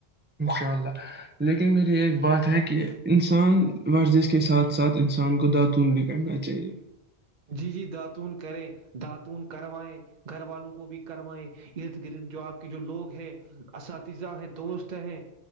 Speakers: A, on the right; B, on the right.
A: انشاء اللہ لیکن میری ایک بات ہے کہ انسان ورزش کے ساتھ ساتھ انسان کو داتون بھی کرنا چاہیئے
B: جی جی داتون کریں داتون کروائیں گھر والوں کو بھی کروائیں ارد گرد جو آپ کے جو لوگ ہیں اساتذہ ہیں دوست ہیں